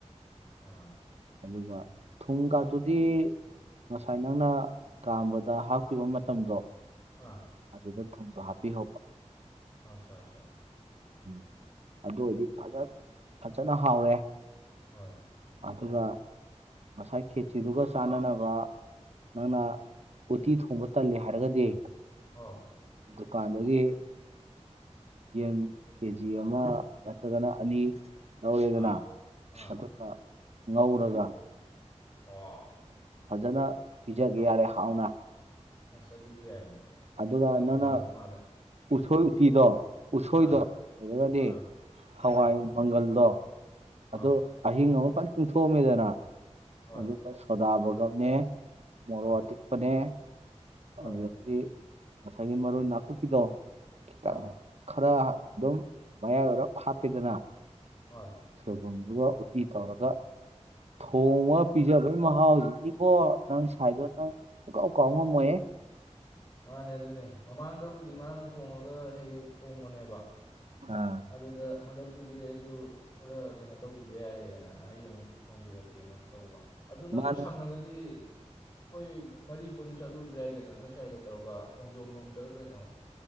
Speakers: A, on the left; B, on the right.
A: ꯑꯥ
B: ꯑꯗꯨꯒ ꯊꯨꯝ ꯀꯥꯗꯨꯨꯗꯤ ꯉꯁꯥꯏ ꯅꯪꯅ ꯀꯥꯝꯕꯗ ꯍꯥꯞꯈꯤꯕ ꯃꯇꯝꯗꯣ
A: ꯑꯥ
B: ꯑꯗꯨꯗ ꯊꯨꯝꯗꯣ ꯍꯥꯞꯄꯤꯍꯧꯕ
A: ꯑꯆꯥ ꯆꯥ
B: ꯎꯝ ꯑꯗꯨ ꯑꯣꯏꯔꯗꯤ ꯐꯖ ꯐꯖꯅ ꯍꯥꯎꯔꯦ
A: ꯍꯣꯏ
B: ꯑꯗꯨꯒ ꯉꯁꯥꯏ ꯈꯦꯆꯤꯗꯨꯒ ꯆꯥꯟꯅꯅꯕ ꯅꯪꯅ ꯎꯇꯤ ꯊꯣꯡꯕ ꯇꯜꯂꯦ ꯍꯥꯏꯔꯒꯗꯤ
A: ꯑꯥ
B: ꯗꯨꯀꯥꯟꯗꯒꯤ ꯌꯦꯟ ꯀꯦ ꯖꯤ ꯑꯃ ꯅꯠꯇ꯭ꯔꯒꯅ ꯑꯅꯤ ꯂꯧꯧꯔꯦꯗꯅ
A: ꯑꯥ ꯑꯥ
B: ꯑꯇꯞꯄ ꯉꯧꯔꯒ
A: ꯑꯣ
B: ꯐꯖꯅ ꯄꯤꯖꯒꯦ ꯌꯥꯔꯦ ꯍꯥꯎꯅ
A: ꯑꯁ ꯑꯗꯨꯁꯨ ꯌꯥꯏꯅꯦ
B: ꯑꯗꯨꯒ
A: ꯑꯗꯨꯅꯕꯨ
B: ꯅꯪꯅ
A: ꯐꯗꯧ ꯃꯥꯜꯂꯦ
B: ꯎꯊꯣꯏ ꯎꯇꯤꯗꯣ ꯎꯁꯣꯏꯗꯣ
A: ꯑꯥ
B: ꯂꯩꯔꯒꯗꯤ
A: ꯑꯥ
B: ꯍꯋꯥꯏ
A: ꯑꯥ
B: ꯃꯪꯒꯜꯗꯣ
A: ꯑꯥ
B: ꯑꯗꯨ ꯑꯍꯤꯡ ꯑꯃ ꯐ ꯇꯤꯡꯊꯣꯛꯑꯝꯃꯦꯗꯅ
A: ꯍꯣꯏ
B: ꯑꯗꯨꯒ ꯁꯣꯗꯥꯕꯒꯧꯅꯦ ꯃꯣꯔꯣꯛ
A: ꯑꯥ
B: ꯑꯇꯦꯛꯄꯅꯦ
A: ꯍꯣꯏ
B: ꯑꯗꯨꯗꯒꯤꯗꯤ ꯉꯁꯥꯏꯒꯤ ꯃꯔꯣꯏ ꯅꯥꯀꯨꯞꯄꯤꯗꯣ ꯈꯤꯇꯪ
A: ꯑꯥ
B: ꯈꯔ ꯑꯗꯨꯝ ꯃꯌꯥꯏ ꯑꯣꯏꯔꯞ ꯍꯥꯞꯄꯤꯗꯅ
A: ꯍꯣꯏ
B: ꯁꯣꯏꯕꯨꯝꯗꯨꯒ ꯎꯇꯤ ꯇꯧꯔꯒ ꯊꯣꯡꯉꯒ ꯄꯤꯖꯕꯣꯏ ꯃꯍꯥꯎ ꯍꯧꯖꯤꯛꯀꯤꯕꯣ ꯅꯪ ꯁꯥꯏꯗꯣ ꯅꯪ ꯁꯨꯀꯥꯎ ꯀꯥꯎ ꯉꯝꯃꯣꯏꯑꯦ
A: ꯃꯥꯅꯦ ꯑꯗꯨꯅꯦ ꯃꯃꯥꯡꯗꯕꯨꯗꯤ ꯃꯥꯅ ꯊꯣꯡꯉꯒ ꯍꯦꯛ ꯍꯦꯛ ꯊꯣꯡꯕꯅꯦꯕ
B: ꯑꯥ
A: ꯑꯗꯨꯗ ꯍꯟꯗꯛꯇꯨꯗꯤ ꯑꯩꯁꯨ ꯈꯔ ꯀꯩꯅꯣ ꯇꯧꯕꯤꯕ ꯌꯥꯏꯌꯦꯅ ꯑꯩ ꯑꯃꯨꯛ ꯊꯣꯡꯕꯤꯔꯛꯀꯦꯅ ꯇꯧꯕ ꯑꯗꯨꯗ ꯅꯪ
B: ꯃꯥꯅꯦ
A: ꯁꯪꯉꯒꯗꯤ ꯑꯩꯈꯣꯏ ꯃꯔꯤ ꯄꯨꯟꯅ ꯆꯠꯂꯨꯔꯁꯨ ꯌꯥꯏ ꯀꯩꯅꯣ ꯅꯣꯏ ꯁꯥꯏꯒ ꯇꯧꯔꯒ ꯈꯣꯡꯖꯣꯝ ꯂꯣꯝꯗꯔ ꯀꯩꯅꯣ